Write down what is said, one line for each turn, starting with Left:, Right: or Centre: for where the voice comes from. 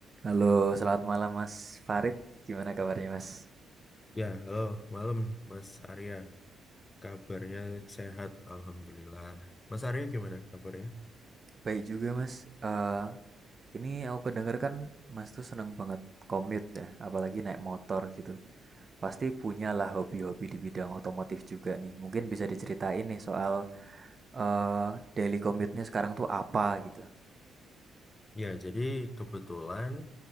Right: Halo, selamat malam Mas Farid. Gimana kabarnya Mas?
Left: Ya, halo, malam Mas Arya. Kabarnya sehat, Alhamdulillah. Mas Arya gimana kabarnya?
Right: Baik juga Mas. Eh, ini aku kedenger kan Mas tuh seneng banget commute ya, apalagi naik motor gitu. Pasti punyalah hobi-hobi di bidang otomotif juga nih. Mungkin bisa diceritain nih soal eh daily commute-nya sekarang tuh apa gitu.
Left: Ya, jadi kebetulan